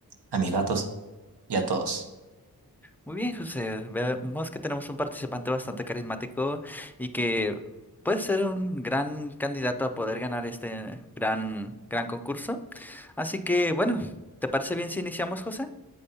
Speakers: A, on the right; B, in the centre.
A: a mis gatos y a todos.
B: Muy bien, José. Vemos que tenemos un participante bastante carismático y que puede ser un gran candidato a poder ganar este gran, gran concurso. Así que, bueno, ¿te parece bien si iniciamos, José?